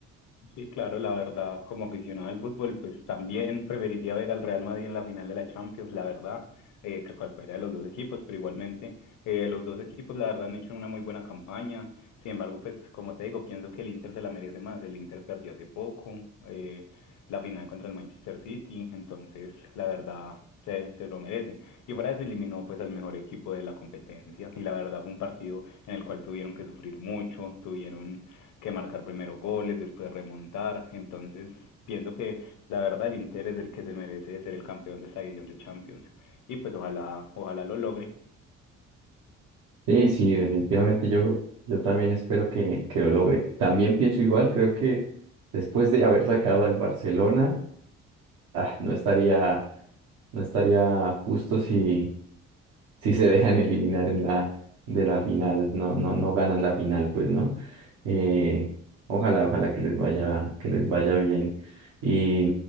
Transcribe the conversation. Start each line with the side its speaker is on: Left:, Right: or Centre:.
Left: Sí, claro, la verdad, como aficionado al fútbol, pues también preferiría ver al Real Madrid en la final de la Champions, la verdad, eh, que cualquiera de los dos equipos, pero igualmente eh, los dos equipos, la verdad, han hecho una muy buena campaña. Sin embargo, pues como te digo, pienso que el Inter se la merece más. El Inter perdió hace poco eh, la final contra el Manchester City, entonces, la verdad, se, se lo merece. Y fuera de eso eliminó pues al mejor equipo de la competencia y la verdad fue un partido en el cual tuvieron que sufrir mucho, tuvieron que marcar primero goles, después remontar, entonces pienso que la verdad el Inter es el que se merece ser el campeón de esta edición de Champions y pues ojalá ojalá lo logre
Right: Sí, sí, definitivamente yo, yo también espero que, que lo logre. También pienso igual, creo que después de haber sacado al Barcelona, ah, no estaría, no estaría justo si, si se dejan eliminar en la, de la final, no, no, no ganan la final, pues, ¿no? Eh, ojalá, ojalá que les vaya, que les vaya bien. Y,